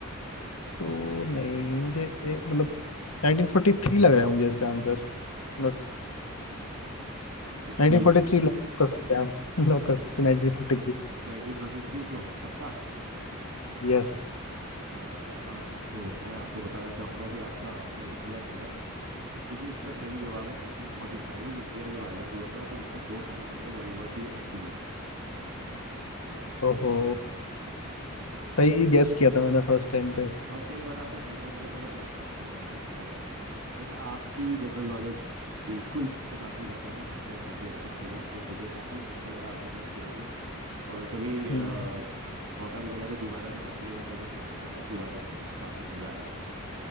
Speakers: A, on the left; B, on the right.
A: तो नहीं मुझे एक मतलब 1943 लग रहा है मुझे इसका आंसर मतलब
B: कंफ्यूज
A: 1943
B: है
A: लॉक कर सकते हैं आप <laughs> लॉक कर सकते हैं 1943
B: नाइनटीन फोर्टी थ्री को पक्का
A: यस
B: अ, तो मैं आपको बताना चाहूंगा कि आपका आंसर है थोड़ा गलत क्योंकि इसका सही जवाब है 1945 इंडिया जब आज़ाद हुआ था तो उससे दो साल पहले वर्ल्ड वॉर टू एंड हुई थी
A: ओहो
B: हाँ।
A: सही गैस किया था मैंने फर्स्ट टाइम
B: हाँ
A: पे
B: फर्स्ट टाइम वाला आपका सही था तो मैं थोड़ा प्रेशर आप पे बना रहा था बट बट आपकी जनरल नॉलेज बिल्कुल मुझसे काफ़ी ज़्यादा है आपने काफ़ी अच्छा खेला और मुझे काफ़ी अच्छा लगा आपके साथ खेल के और कभी अ,
A: हम्म,
B: मौका मिलेगा तो दोबारा से हम ये वाला जो सेशन था ना दोबारा करेंगे काफ़ी मज़ा आया